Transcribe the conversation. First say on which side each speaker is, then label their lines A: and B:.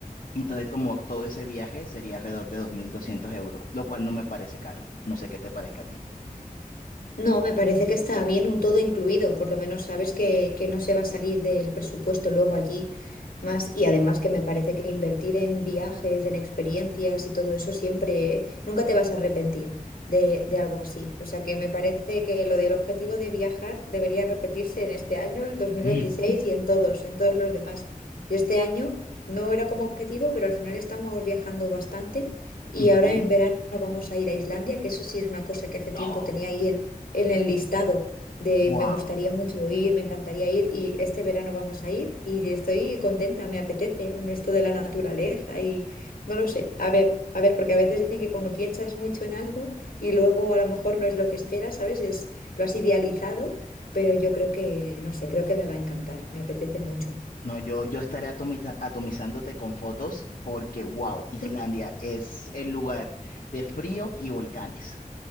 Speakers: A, on the left; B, on the left.
A: Entonces, como todo ese viaje sería alrededor de 2.200 euros, lo cual no me parece caro. No sé qué te parezca a ti.
B: No, me parece que está bien un todo incluido, por lo menos sabes que, que no se va a salir del presupuesto luego allí más y además que me parece que invertir en viajes, en experiencias y todo eso siempre, nunca te vas a arrepentir de, de algo así. O sea que me parece que lo del objetivo de viajar debería repetirse en este año, el dos mil
A: <laughs>
B: veintiséis y en todos, en todos los demás. Yo este año no era como objetivo, pero al final estamos viajando bastante. Y
A: Ujú.
B: ahora en verano vamos a ir a Islandia, que eso sí es una cosa que hace tiempo
A: Oh.
B: tenía ahí en el listado de
A: Wow,
B: me gustaría mucho ir, me encantaría ir y este verano vamos a ir y estoy contenta, me apetece en esto de la naturaleza y no lo sé. A ver, a ver, porque a veces dicen que cuando piensas mucho en algo y luego a lo mejor no es lo que esperas, ¿sabes? Es, lo has idealizado, pero yo creo que, no sé, creo que me va a encantar, me apetece mucho.
A: no, yo, yo estaré atomiza- atomizándote con fotos porque, wow, Islandia
B: <laughs>
A: es el lugar de frío y volcanes. O